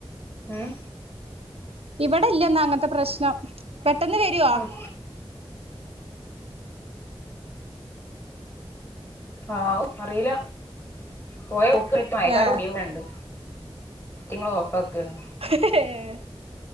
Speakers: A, on the left; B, on the right.
A: ഉം
B: ഇവിടെയില്ലന്ന് അങ്ങത്തെ പ്രശ്നം പെട്ടെന്ന് വരോ
A: ഉം ആവു അറീല പോയ പോക്ക് കണ്ട് മയക്കാർ
B: ഏ
A: കൂടിയപോലെ ഉണ്ട് റ്റിങ്ങൾ ഓഫാക്കാണ്
B: <unintelligible> ഏഹ്